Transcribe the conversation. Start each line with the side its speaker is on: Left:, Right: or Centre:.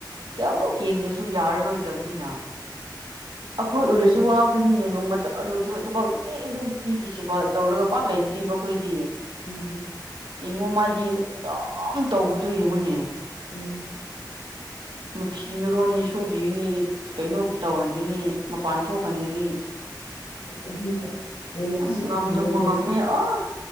Right: ꯀꯌꯥꯃꯨꯛ ꯌꯦꯡꯗꯁꯨ ꯌꯥꯔꯔꯣꯏꯗꯕ ꯑꯩꯈꯣꯏ
Left: ꯃꯥꯒꯤ ꯅꯨꯄꯤꯅꯁꯨ
Right: ꯑꯣꯏꯔꯁꯨ ꯋꯥꯒꯅꯤꯅꯦ ꯅꯣꯡꯃꯇ ꯑꯗꯨꯔ ꯊꯕꯛ ꯀꯩ ꯑꯗꯨꯝ ꯄꯤꯈꯤꯁꯤꯦꯕ ꯇꯧꯔꯒ ꯄꯥꯛ ꯂꯩꯇ꯭ꯔꯤꯕ ꯑꯩꯈꯣꯏꯗꯤ
Left: ꯎꯝ
Right: ꯌꯦꯡꯉꯨ ꯃꯥꯗꯤ ꯑꯗꯨꯝ ꯇꯧꯕꯗꯣ ꯌꯦꯡꯉꯨꯅꯦ
Left: ꯎꯝ
Right: ꯎ ꯐꯤ ꯃꯤꯔꯣꯟꯅꯤ ꯁꯨꯕꯤꯒꯅꯤ ꯀꯩꯅꯣ ꯇꯧꯍꯟꯒꯅꯤ ꯃꯄꯥꯟ ꯊꯣꯛꯍꯟꯒꯅꯤ
Left: ꯑꯗꯨ ꯑꯃ ꯃꯊꯪꯗ
Right: ꯑꯁ ꯉꯝꯗꯨꯃ
Left: ꯊꯥꯡꯒꯁꯨ
Right: ꯉꯝꯃꯦ ꯑꯥ